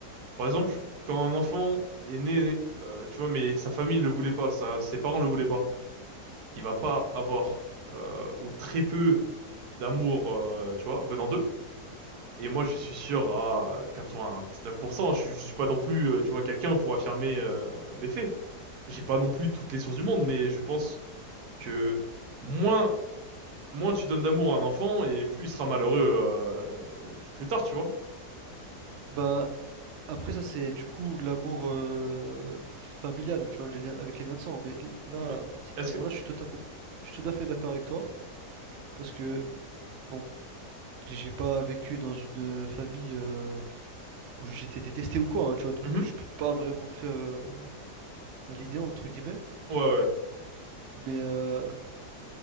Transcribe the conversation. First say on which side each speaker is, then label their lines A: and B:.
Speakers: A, on the right; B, on the right.
A: Par exemple, quand un enfant est né, euh, tu vois, mais sa famille le voulait pas, ça, ses parents le voulaient pas. il va pas avoir euh, ou très peu d'amour, euh, tu vois, venant d'eux. Et moi, je suis sûr à 99%. Je, je suis pas non plus, euh, tu vois, quelqu'un pour affirmer euh, mes faits. J'ai pas non plus toutes les sources du monde, mais je pense que moins, moins tu donnes d'amour à un enfant et plus il sera malheureux euh, plus tard, tu vois.
B: Bah, après ça, c'est du coup l'amour euh, familial, tu vois, les liens, avec les liens de sang. Mais là,
A: Mais
B: cet
A: est-ce
B: amour-là,
A: que
B: je suis tout à fait, je suis tout à fait d'accord avec toi. Parce que, bon, j'ai pas vécu dans une famille euh, où j'étais détesté ou quoi, hein, tu vois. Donc,
A: Mhm.
B: je peux pas vraiment me faire euh, à l'idée, entre guillemets.
A: Ouais, ouais. Ouais,
B: Mais, euh,